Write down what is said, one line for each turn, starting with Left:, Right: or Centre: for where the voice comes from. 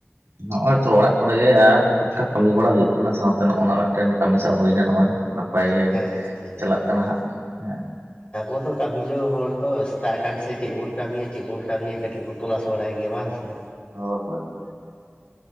Right: ᱱᱚᱸᱜ-ᱚᱭ ᱛᱚ ᱚᱲᱟᱜ ᱠᱚᱨᱮ ᱜᱮ ᱟᱨ ᱴᱩᱠ ᱴᱟᱠ ᱠᱟᱹᱢᱤ ᱵᱟᱲᱟ ᱦᱩᱭᱩᱜ ᱠᱟᱱᱟ ᱥᱟᱶᱛᱮ ᱱᱚᱸᱜ-ᱚ ᱱᱚᱣᱟ ᱢᱤᱫᱴᱮᱱ ᱠᱟᱹᱢᱤ ᱥᱟᱵᱽ ᱦᱩᱭᱱᱟ ᱱᱚᱸᱜ-ᱚᱭ᱾ ᱯᱟᱭ ᱜᱮ
Left: ᱦᱮᱸ
Right: ᱪᱟᱞᱟᱜ ᱠᱟᱱᱟ ᱦᱟᱸᱜ ᱦᱮᱸ᱾
Left: ᱟᱵᱚ ᱛᱚ ᱠᱟᱹᱢᱤ ᱡᱚᱝ ᱦᱚᱲ ᱛᱚ ᱥᱮᱥᱛᱟᱜ ᱟᱠᱟᱱ ᱥᱮ ᱪᱮᱫ ᱵᱚᱱ ᱠᱟᱹᱢᱤᱭᱟ ᱪᱮᱫ ᱵᱚᱱ ᱠᱟᱹᱢᱤᱭᱟ ᱠᱟᱹᱴᱤᱡ ᱵᱚᱱ ᱛᱚᱞᱟᱥ ᱵᱟᱲᱟᱭ ᱜᱮᱭᱟ ᱵᱟᱝ ᱥᱮ᱾
Right: ᱦᱳᱭ ᱦᱳᱭ ᱦᱳᱭ,